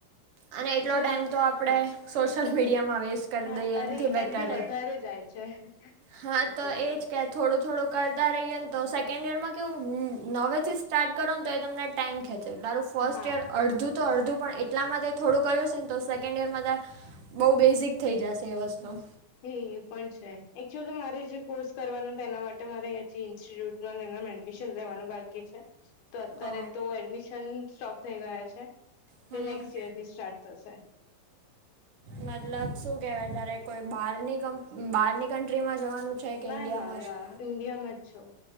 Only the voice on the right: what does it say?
અને એટલો
ટાઈમ તો આપણે.
સોશિયલ મીડિયા માં વેસ કરી
દઈએ એનથી
બેટર
એ
હા
તો એજ કે થોડું થોડું કરતા રહીએને તો સેકન્ડ યરમાં કેવું નવેથી સ્ટાર્ટ કરો ને તો એ તમને ટાઈમ ખેંચ. તારું ફર્સ્ટ
યર અડધું તો અડધું પણ એટલામાં થોડું કર્યું છે ને તો સેકન્ડ ઈયરમાં તાર બઉુ બેઝિક થઈ જશે એ વસ્તુ.
ઓ.
હમ
મતલબ શું કેવાય તારે કોઈ બારની બહારની કન્ટ્રીમાં જવાનું? છે કે
ઇન્ડિયામાં
જ